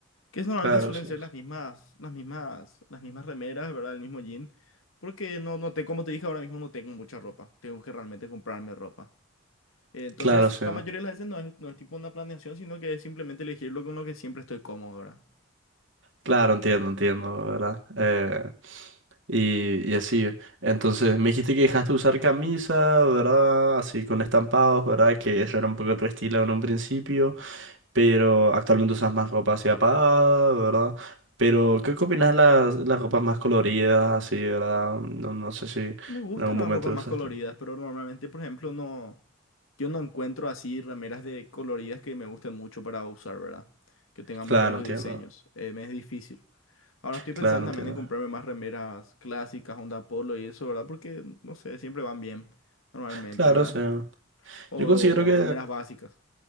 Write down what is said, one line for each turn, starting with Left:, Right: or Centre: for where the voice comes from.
Left: Que es- normalmente
Right: Claro,
Left: suelen
Right: sí.
Left: ser las mismas, las mismas, las mismas remeras, ¿verdad? El mismo jean. Porque no, no te, como te dije ahora mismo, no tengo mucha ropa. Tengo que realmente comprarme ropa. Entonces,
Right: Claro, sí.
Left: la mayoría de las veces no es, no es tipo una planeación, sino que es simplemente elegir lo con lo que siempre estoy cómodo, ¿verdad?
Right: Claro, entiendo, entiendo, ¿verdad? Eh, y, y así. eh. Entonces, me dijiste que dejaste de usar camisa, ¿verdad? Así con estampados, ¿verdad? Que eso era un poco tu estilo en un principio, pero actualmente usas más ropa así apagada, ¿verdad? Pero, ¿qué, qué opinas de las, las ropas más coloridas, así, ¿verdad? No, no sé si en
Left: Me gustan
Right: algún momento
Left: las ropas
Right: lo
Left: más
Right: usaste.
Left: coloridas, pero normalmente, por ejemplo, no, yo no encuentro así remeras de coloridas que me gusten mucho para usar, ¿verdad? Que tengan
Right: Claro,
Left: muy buenos
Right: entiendo.
Left: diseños. Eh, me es difícil. Ahora estoy pensando
Right: Claro, entiendo.
Left: también en comprarme más remeras clásicas, Onda Polo y eso, ¿verdad? Porque, no sé, siempre van bien, normalmente,
Right: Claro,
Left: ¿verdad?
Right: sí.
Left: O,
Right: Yo considero
Left: o
Right: que
Left: remeras básicas.